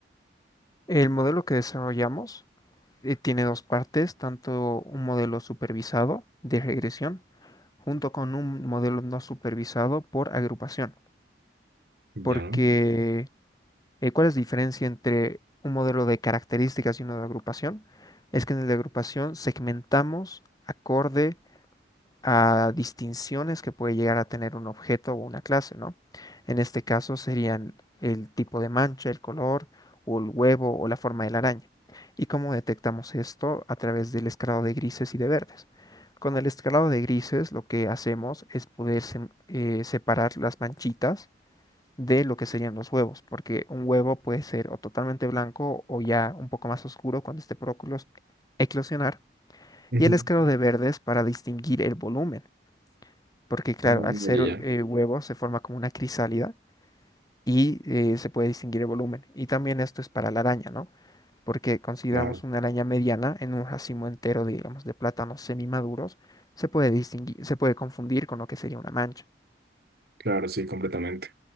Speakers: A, on the left; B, on the right.
A: El modelo que desarrollamos eh, tiene dos partes, tanto un modelo supervisado de regresión junto con un modelo no supervisado por agrupación.
B: Ya.
A: Porque, eh, ¿cuál es la diferencia entre un modelo de características y uno de agrupación? Es que en el de agrupación segmentamos acorde a distinciones que puede llegar a tener un objeto o una clase, ¿no? En este caso serían el tipo de mancha, el color, o el huevo, o la forma de la araña. ¿Y cómo detectamos esto? A través del escalado de grises y de verdes. Con el escalado de grises lo que hacemos es poder sem- eh, separar las manchitas de lo que serían los huevos, porque un huevo puede ser o totalmente blanco o ya un poco más oscuro cuando esté por eclos- eclosionar,
B: Ujú.
A: y el escalado de verdes para distinguir el volumen porque claro,
B: Ah,
A: al ser
B: ya, ya.
A: eh, huevo se forma como una crisálida y eh, se puede distinguir el volumen. Y también esto es para la araña, ¿no? Porque consideramos
B: ya.
A: una araña mediana en un racimo entero, digamos, de plátanos semimaduros, se puede distinguir, se puede confundir con lo que sería una mancha.
B: Claro, sí, completamente.